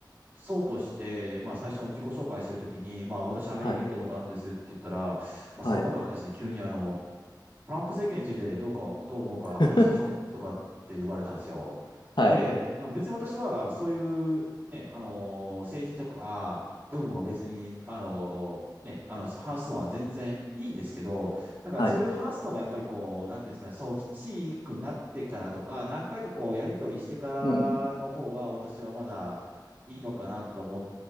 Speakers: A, on the right (about 25°); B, on the left (about 75°).
A: そうとして、まあ、最初の自己紹介してるときに、まあ、私アメリカに行ったことあるんですって言ったら、
B: はい。
A: まあ、
B: はい。
A: その方がですね、急にあの、トランプ政権についてどうか、どう思うか話しましょうとかって言われたんですよ。
B: <laughs> はい。
A: で、あの別に私はそういうね、あの、政治とか部分は別に、あの、ね、あの、話すのは全然いいんですけど、だからそういう話すのもやっぱりこう、
B: はい。
A: なんていうんですかね、そう、しくなってからとか、何回かこう、やり取りしてからの方が私はまだいいのかなと思っ
B: うん。